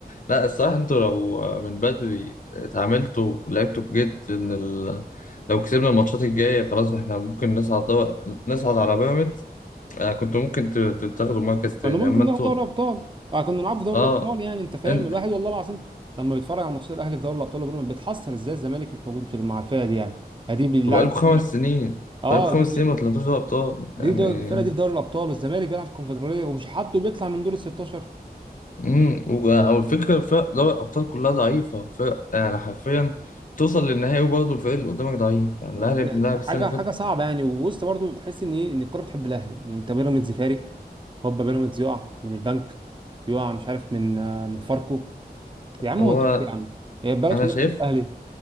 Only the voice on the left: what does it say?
لا الصراحة انتوا لو من بدري اتعاملتوا ولعبتوا بجد ان ال... لو كسبنا الماتشات الجاية خلاص احنا ممكن نصعد دو... نصعد على بيراميدز آه، كنتوا ممكن ت- تتاخدوا مركز تاني
اما
انتوا
اه
انت
انتوا بقالكوا
خمس
سنين
بقالكوا خمس
سنين ما طلعتوش دوري ابطال يعني
امم و... او الفكرة فرق دوري الابطال كلها ضعيفة فرق يعني حرفيا توصل للنهائي وبرضه الفريق اللي قدامك ضعيف يعني
الاهلي بنلعب
السنة اللي
فاتت
هو
انا
شايف